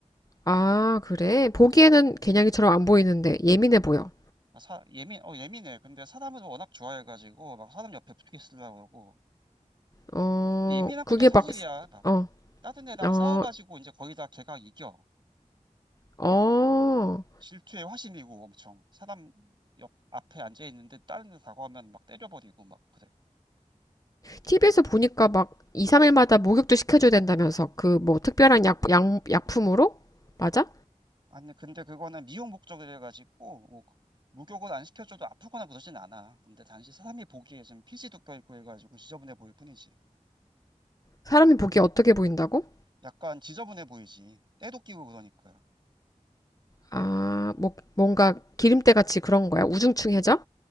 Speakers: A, on the left; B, on the right.
A: 아, 그래? 보기에는
B: 사람
A: 개냥이처럼 안 보이는데 예민해 보여.
B: 아, 사, 예민, 어, 예민해. 근데 사람을 워낙 좋아해가지고, 막 사람 옆에 붙게 쓰려고 그러고,
A: 어,
B: 근데 예민한 것도
A: 그게
B: 사실이야.
A: 막, 스-
B: 막
A: 어,
B: 다른 애랑
A: 어,
B: 싸워가지고 이제 거의 다 걔가 이겨.
A: 어.
B: 질투의 화신이고 엄청 사람 옆 앞에 앉아 있는데 다른 애 다가오면 막 때려버리고 막 그래.
A: TV에서 보니까 막 2, 3일마다 목욕도 시켜줘야 된다면서 그 뭐 특별한 약, 약, 약품으로? 맞아?
B: 아니 근데 그거는 미용 목적으로 해가지고 뭐 그- 목욕을 안 시켜줘도 아프거나 그러진 않아. 근데 단지 사람이 보기에 좀 피지도 껴있고 해가지고 지저분해 보일 뿐이지.
A: 사람이 보기에 어떻게 보인다고?
B: 약간 지저분해 보이지. 때도 끼고 그러니까.
A: 아, 뭐, 뭔가 기름때 같이 그런 거야? 우중충해져?